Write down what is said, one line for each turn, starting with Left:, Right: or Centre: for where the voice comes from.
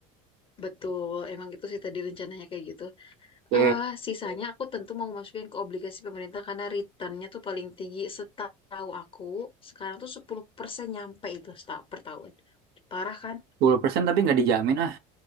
Left: Betul, emang gitu sih tadi rencananya kayak gitu.
Right: Oke.
Left: eh sisanya aku tentu mau masukin ke obligasi pemerintah karena returnnya tuh paling tinggi setahu aku. Sekarang tuh 10% nyampe itu seta- per tahun. Parah kan?
Right: sepuluh persen tapi nggak dijamin ah.